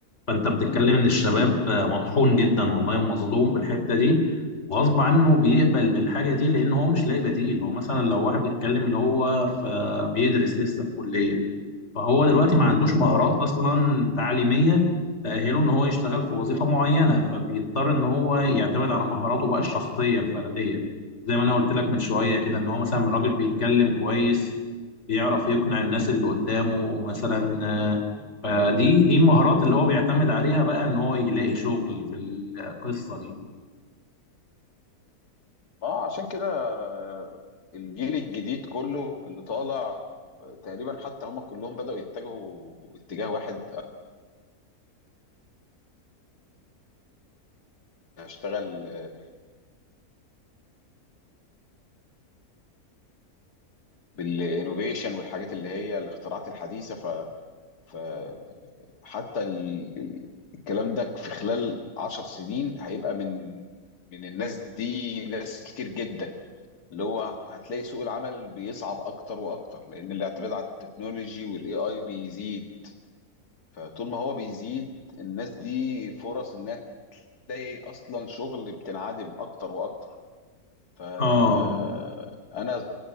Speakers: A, on the left; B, on the left.
A: فأنت بتتكلم
B: امم
A: إن الشباب
B: امم
A: مطحون
B: امم.
A: جدا والله ومظلوم بالحتة دي وغصب عنه بيقبل بالحاجة دي لأن هو مش لاقي بديل هو مثلا لو واحد بيتكلم اللي هو في بيدرس لسه في كلية فهو دلوقتي ما عندوش مهارات
B: اه
A: اصلا تعليميه تأهله ان هو يشتغل في وظيفه معينه فبيضطر ان هو يعتمد على مهاراته بقى الشخصيه الفرديه زي ما انا قلت لك من شويه كده ان هو مثلا راجل بيتكلم كويس بيعرف يقنع الناس اللي قدامه مثلا آه، فدي دي المهارات اللي هو بيعتمد عليها بقى ان هو يلاقي شغل في القصه دي
B: ما هو عشان كده آه، الجيل الجديد كله اللي طالع آه، تقريبا حتى هم كلهم بدأوا يتجهوا اتجاه واحد هشتغل آه، بالانوفيشن والحاجات اللي هي الاختراعات الحديثة ف فحتى ال... ال- الكلام ده في خلال عشر سنين هيبقى من من الناس دي ناس كتير جدا اللي هو هتلاقي سوق العمل بيصعب اكتر واكتر لان الاعتماد على التكنولوجي والاي اي بيزيد فطول ما هو بيزيد الناس دي فرص انها تلاقي اصلا شغل بتنعدم اكتر واكتر فانا
A: اه